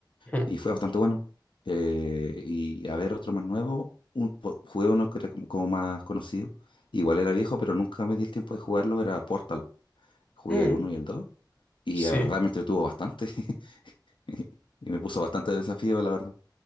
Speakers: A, on the left; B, on the left.
A: mm,
B: y fue bastante bueno. Eh, y a ver, otro más nuevo, un, po- jugué uno que era como, como más conocido, igual era viejo, pero nunca me di el tiempo de jugarlo, era Portal, jugué
A: mm.
B: el uno y el 2. y
A: Sí,
B: la verdad me entretuvo bastante, <laughs> y me puso bastante desafío, la verdad.